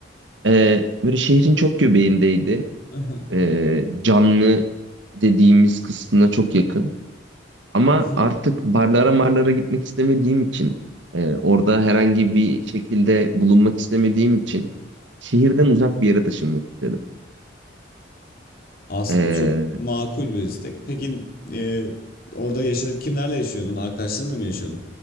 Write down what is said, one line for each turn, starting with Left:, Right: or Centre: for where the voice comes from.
Right: e, böyle şehrin çok göbeğindeydi.
Left: <laughs> Aha.
Right: E, canlı dediğimiz kısmına çok yakın. Ama
Left: Mhm.
Right: artık barlara marlara gitmek istemediğim için e, orada herhangi bir şekilde bulunmak istemediğim için şehirden uzak bir yere taşınmak istedim.
Left: Aslında
Right: E,
Left: çok makul bir istek. Peki e, orada yaşadık kimlerle yaşıyordun? Arkadaşlarınla mı yaşıyordun?